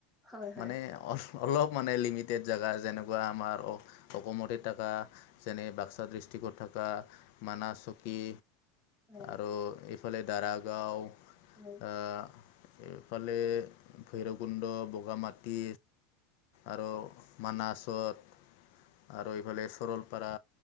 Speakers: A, in the centre; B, on the left (about 55°).
A: হয় হয়
B: মানে অফ অলপ মানে লিমিটেড জেগা যেনেকুৱা আমাৰ অ অসমতে থাকা যেনে বাক্সা ডিষ্ট্ৰিক। টিকট থাকা, মানাচকী
A: হয়
B: আৰু এইফালে দাৰাগাঁও
A: হয়
B: এ এইফালে ভৈৰৱকুণ্ড, বগামাটি আৰু মানাছত আৰু এইফালে চৰলপাৰা